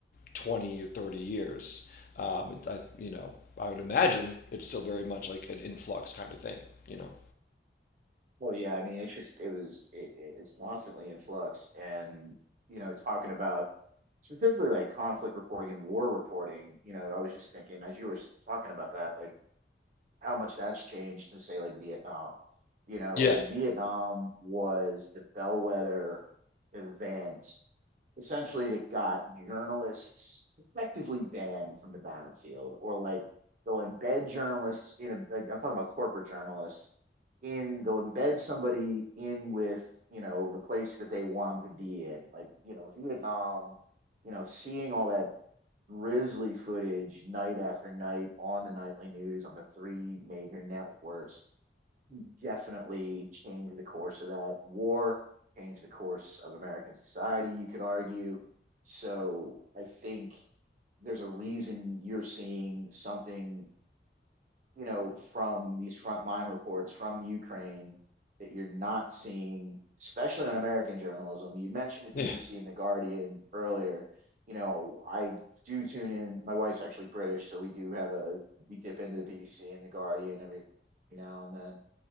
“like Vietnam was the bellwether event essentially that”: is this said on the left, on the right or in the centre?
Right